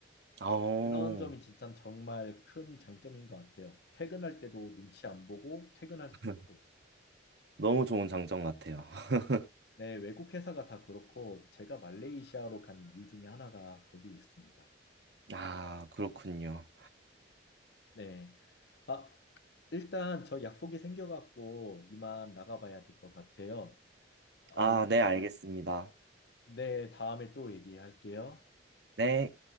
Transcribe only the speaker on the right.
어,
<laughs>
너무 좋은 장점 같아요. <laughs>
아, 그렇군요.
아, 네, 알겠습니다.
네.